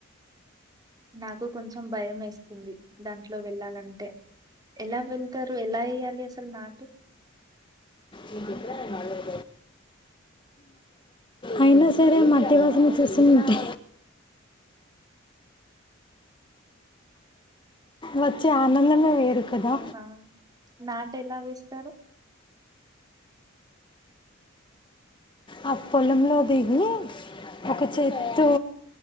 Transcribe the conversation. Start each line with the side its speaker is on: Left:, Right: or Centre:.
Right: నాకు కొంచం భయమేస్తుంది దాంట్లో వెళ్ళాలంటే ఎలా వెళ్తారు ఎలా ఎయ్యాలి అసలు నాటు
Left: నీక్ గుర్త్ <inaudible> అయినా సరే మధ్యలోసింది చూసుంటే వచ్చే ఆనందమే వేరు కదా
Right: అవునా! నాటెలా వేస్తారు
Left: ఆ పొలంలో దిగీ ఒక చేత్తో